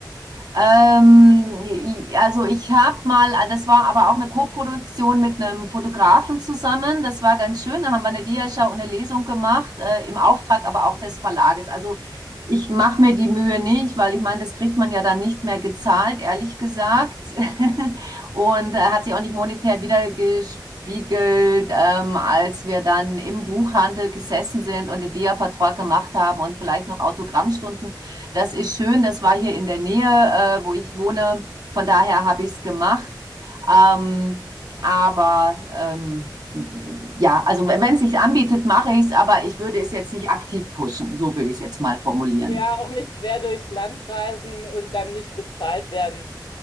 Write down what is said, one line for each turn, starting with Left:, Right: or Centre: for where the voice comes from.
Right: Ähm, i- also ich habe mal, ah, das war aber auch eine Koproduktion mit einem Fotografen zusammen. Das war ganz schön. Da haben wir eine Diashow und eine Lesung gemacht, äh, im Auftrag aber auch des Verlages. Also ich mache mir die Mühe nicht, weil ich meine, das kriegt man ja dann nicht mehr gezahlt, ehrlich gesagt. <laughs> Und äh, hat sich auch nicht monetär wiedergespiegelt, ähm, als wir dann im Buchhandel gesessen sind und den Dia-Vertrag gemacht haben und vielleicht noch Autogrammstunden das ist schön, das war hier in der Nähe, äh, wo ich wohne. Von daher habe ich es gemacht. Ähm, aber ähm, ja, also wenn es sich anbietet, mache ich es, aber ich würde es jetzt nicht aktiv pushen. So würde ich es jetzt mal formulieren.
Left: Ja, auch nicht quer durchs Land reisen und dann nicht bezahlt werden.